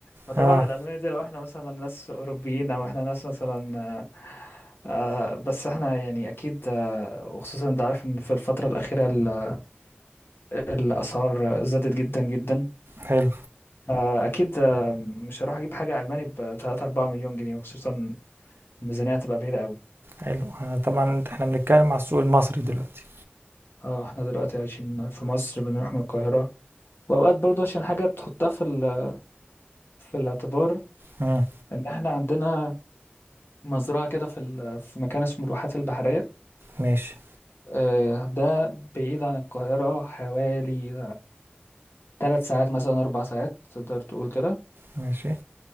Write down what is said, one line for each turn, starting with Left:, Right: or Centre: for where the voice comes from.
Left: فطبعا
Right: اه
Left: الألماني دي لو احنا مثلا ناس أوروبيين أو احنا ناس مثلا آه، آه، بس احنا يعني أكيد آه، وخصوصا أنت عارف إن في الفترة الأخيرة ال- الأسعار زادت جدا جدا
Right: حلو
Left: آه، أكيد آه، مش هروح أجيب حاجة ألماني بتلاتة أربعة مليون جنيه وخصوصا الميزانية هتبقى بعيدة قوي
Right: حلو انا طبعا احنا بنتكلم على السوق المصري دلوقتي
Left: اه احنا دلوقتي عايشين في مصر بنروح من القاهرة وأوقات برضو عشان حاجة تحطها في ال... في الاعتبار
Right: مم.
Left: إن احنا عندنا مزرعة كده في ال... في مكان اسمه الواحات البحرية
Right: ماشي
Left: آه، ده بعيد عن القاهرة حوالي ثلاث ساعات مثلا أربع ساعات تقدر تقول كده
Right: ماشي